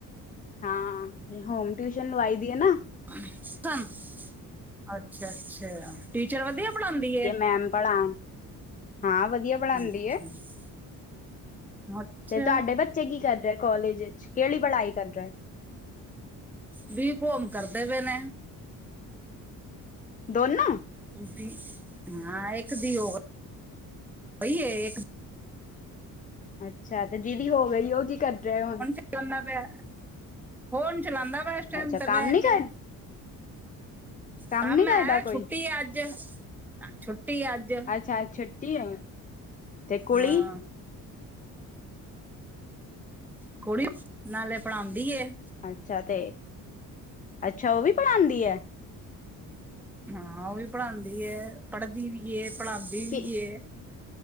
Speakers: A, on the left; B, in the centre.
A: ਹਾਂ, ਹੋਮ ਟਿਊਸ਼ਨ ਲਵਾਈ ਦੀ ਐ ਨਾ।
B: <inaudible> ਅੱਛਾ -ਅੱਛਾ, ਟੀਚਰ ਵਧੀਆ ਪੜ੍ਹਾਦੀ ਏ।
A: ਅਨਪੜ੍ਹ ਆਂ। ਹਾਂ ਵਧੀਆ। ਪੜ੍ਹਾਦੀ
B: ਅੱਛਾ
A: ਐ,
B: ਅੱਛਾ
A: ਤੇ ਤੁਹਾਡੇ ਬੱਚੇ ਕੀ ਕਰਦੇ ਆ ਕਾਲੇਜ ਵਿੱਚ। ਕਿਹੜੀ ਪੜਾਈ ਕਰ ਰੇ।
B: ਬੀ-ਕੌਮ ਕਰਦੇ ਪਏ ਨੇ।
A: ਦੋਨੋਂ
B: ਹਾਂਜੀ, ਹਾਂ ਇੱਕ ਦੀ ਉਹ ਪਈ ਏ ਇੱਕ
A: ਅੱਛਾ ਤੇ ਜਿਹਦੀ ਹੋ ਗਈ ਉਹ ਕੀ ਕਰਦਾ ਹੁਣ?
B: ਕਿ ਆਉਂਦਾ ਪਿਆ, ਫੋਨ ਚਲਾਂਦਾ ਪਿਆ ਇਸ ਟਾਈਮ
A: ਅੱਛਾ
B: ਤੇ
A: ਕੰਮ
B: ਬਹਿ
A: ਨੀ ਕਰ
B: ਕੇ। ਕੰਮ
A: ਨੀ ਕਰਦਾ
B: ਐ
A: ਕੋਈ
B: ਛੁੱਟੀ ਐ ਅੱਜ ਛੁੱਟੀ ਆ ਅੱਜ।
A: ਅੱਛਾ ਛੁੱਟੀ ਆ, ਤੇ ਕੁੜੀ।
B: ਹਾਂ ਕੁੜੀ, ਨਾਲੇ ਪੜਾਂਦੀ ਏ।
A: ਅੱਛਾ ਤੇ, ਅੱਛਾ ਉਹ ਵੀ ਪੜ੍ਹਾਂਦੀ ਐ?
B: ਹਾਂ ਉਹ ਵੀ ਪੜ੍ਹਾਂਦੀ ਐ ਪੜ੍ਹਦੀ ਵੀ ਏ ਪੜ੍ਹਾਂਦੀ
A: ਕਿ
B: ਵੀ ਏ।